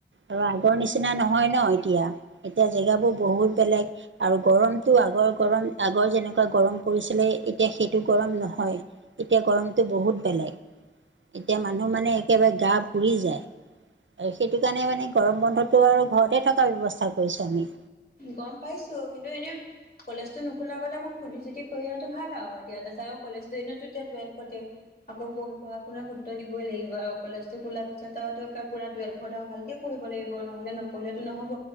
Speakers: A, on the right; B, on the left.
A: আৰু আগৰ নিচিনা নহয় ন এতিয়া, এতিয়া জেগাবোৰ বহুত বেলেগ আৰু গৰম। টো আগৰ গৰম আগৰ যেনেকুৱা গৰম পৰিছিলে, এতিয়া সেইটো গৰম নহয়। এতিয়া গৰমটো বহুত বেলেগ, এতিয়া মানুহৰ মানে একেবাৰে গা পুৰি যায়। সেইটো কাৰণে মানে গৰম বন্ধটো আৰু ঘৰতে থকাৰ ব্যৱস্থা কৰিছোঁ আমি।
B: গম পাইছোঁ, কিন্তু এনে- কলেজটো নোখোলা আগতে অকণমান ফুৰ্তি চুৰ্তি কৰি অহাটো ভাল আৰু এতিয়া তাৰপিছত আও কলেজ দিনতো এতিয়া টুৱেলভতে আকৌ পঢ়া-শুনাৰ গুৰুত্ব দিবই লাগিব আৰু কলেজতো খোলাৰ পিছতটো পুৰা টুৱেলভ- ভালকে পঢ়িব লাগিব নহ'লে, নপঢ়িলেতো নহ'ব।